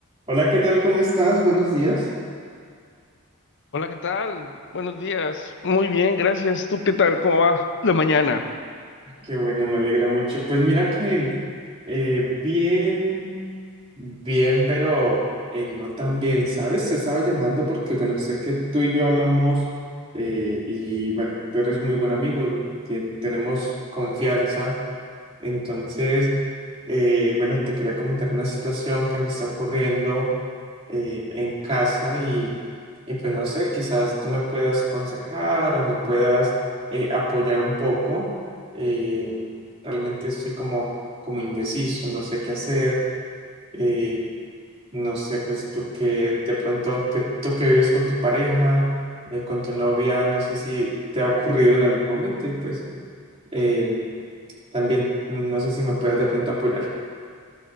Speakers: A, on the right (about 25°); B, on the left (about 55°).
A: Hola, ¿qué tal? ¿Cómo estás? Buenos días.
B: Hola, ¿qué tal? Buenos días. Muy bien, gracias. ¿Tú qué tal? ¿Cómo va la mañana?
A: Qué bueno, me alegra mucho. Pues mira que eh, bien, bien, pero eh, no tan bien, ¿sabes? Te estaba llamando porque, bueno, sé que tú y yo hablamos eh, y, bueno, tú eres muy buen amigo, ten- tenemos confianza Entonces, eh, bueno, te quería comentar una situación que me está ocurriendo eh, en casa y, y pues no sé, quizás tú me puedas aconsejar o me puedas eh, apoyar un poco. Eh, realmente estoy como, como indeciso, no sé qué hacer. eh, no sé, pues tú que de pronto, que tú que vives con tu pareja, eh, con tu novia, no sé si te ha ocurrido en algún momento y pues... em, también, no sé si me puedes de pronto apoyar.